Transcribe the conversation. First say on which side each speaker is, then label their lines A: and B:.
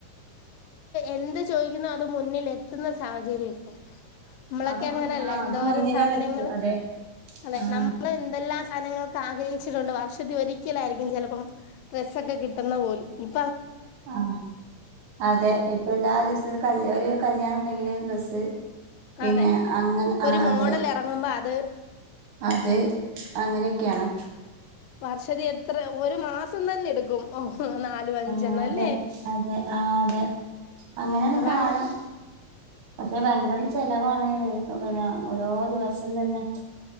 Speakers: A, on the left; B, on the right.
A: എന്ത്സ് ചോദിക്കുന്നു അത് മുന്നില് എത്തുന്ന ഒരു സാഹചര്യം. പ്പേ നമ്മളൊക്കെ
B: അത് മുൻ
A: അങ്ങനെയല്ല
B: ആഹ്
A: എന്തോര
B: അത് മുന്നിലണ്ട്
A: സാധനങ്ങള്
B: എത്തും അതെ
A: അതെ
B: ആഹ്
A: നമ്മളെന്തെല്ലാംസാ അനങ്ങൾക്ക് ആഗ്രഹിച്ചിട്ടുണ്ട്. വർഷത്തിൽ ഒരിക്കലായിരിക്കും ചിലപ്പം ഡ്രസ്സൊക്കെ കിട്ടുന്ന പോലും, ഉം..
B: ആ.. അ.. അ.. അതെ ഇപ്പൊ എല്ലാ ദിവസവും കല്ലു ഒരു കല്യാണമുണ്ടെങ്കില്, ഡ്രസ്സ് പിന്നെ
A: അതെ
B: അങ്ങ്..
A: ഒരു
B: ആ..
A: മോഡൽ
B: അതെ,
A: ഇറങ്ങുമ്പോ അത്
B: അതെ അങ്ങനെയൊക്കെയാണ്
A: വർഷത്തിലെത്ര ഒരു മാസം തന്നെ എടുക്കും. ഓ നാലും അഞ്ചെണ്ണം
B: ഉം... അതെയതെ
A: അല്ലേ
B: ആ.. അതെ അങ്ങനെയാണ്
A: അതാണ്
B: കാലം. പക്ഷേ ഭയങ്കര ചെലവാണ്. അങ്ങനെയോരോ ദിവസം അതന്നെ